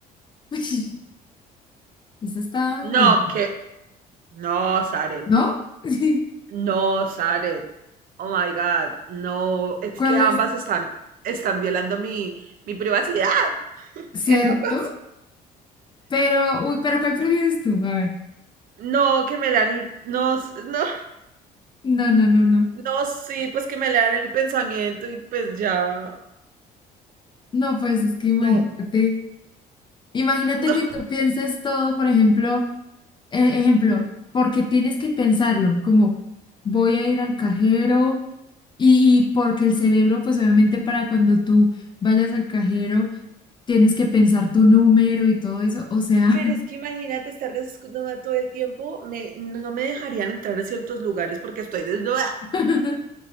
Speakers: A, on the left; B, on the right.
A: <laughs> Esta está fuerte,
B: No, que. No, Zaret.
A: ¿no? <laughs>
B: No, Zaret. Oh my God. No, es
A: ¿Cuál
B: que ambas
A: es
B: están, están violando mi, mi privacidad.
A: cierto?
B: En ambas.
A: Pero, uy, pero ¿cuál prefieres tú? A ver.
B: No, que me lean el. No, s- no,
A: No, no, no, no.
B: no, sí, pues que me lean el pensamiento y pues ya.
A: No, pues es que imagínate,
B: No,
A: imagínate
B: no.
A: que tú pienses todo, por ejemplo. E- Ejemplo, porque tienes que pensarlo, como voy a ir al cajero y, y porque el cerebro, pues obviamente para cuando tú vayas al cajero, tienes que pensar tu número y todo eso, o sea,
B: Pero es que imagínate estar desnuda todo el tiempo, me, no me dejarían entrar a ciertos lugares porque estoy desnuda.
A: <laughs>